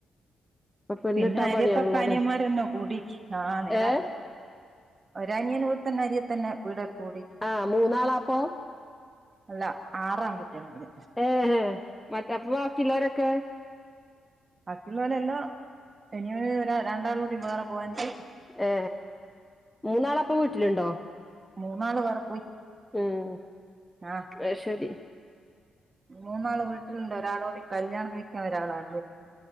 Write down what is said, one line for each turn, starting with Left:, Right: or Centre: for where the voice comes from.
Centre: പെണ്ണിട്ടാൻ
Right: പിന്നെ അര്യത്തൊക്കെ
Centre: പണിയാണല്ലോല്ലേ
Right: അനിയന്മാരന്നോ കൂടി ആ നേരാ
Centre: ഏഹ്
Right: ഒരു അനിയൻ ഇവിടെ തന്നെ അരിയെ തന്നെ വീടെടുത്ത്കൂടി
Centre: ആഹ് മൂന്നാളാപ്പൊ
Right: അല്ല ആറ് ആൺ കുട്ടികളുണ്ട്
Centre: ഏഹ മറ്റ് അപ്പം ബാക്കി യുളളരൊക്കെ
Right: ബാക്കിയുള്ള എല്ലാം ഇനി ഒ രണ്ടാൾ കൂടി വേറെ പോകാനുണ്ട്
Centre: ഏ മൂന്നാളപ്പം വീട്ടിലുണ്ടോ?
Right: മൂന്നാള് വേറെ പോയി
Centre: ഉം
Right: ആഹ്
Centre: അയി ശെരി
Right: മൂന്നാള് വീട്ടിലുണ്ട് ഒരാളോൂടി കല്യാണം കഴിക്കാൻ ഒരാളാണ്